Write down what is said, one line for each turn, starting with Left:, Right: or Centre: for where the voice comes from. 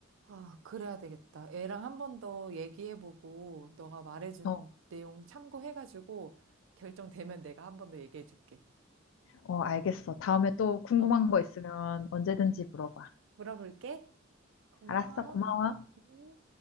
Right: 아, 그래야 되겠다. 애랑 한 번 더 얘기해보고, 너가 말해준
Left: 어,
Right: 내용 참고해가지고, 결정되면 내가 한 번 더 얘기해줄게.
Left: 어, 알겠어. 다음에 또 궁금한
Right: 어,
Left: 거 있으면 언제든지 물어봐.
Right: 물어볼게. 고마워.
Left: 알았어, 고마워.
Right: 음.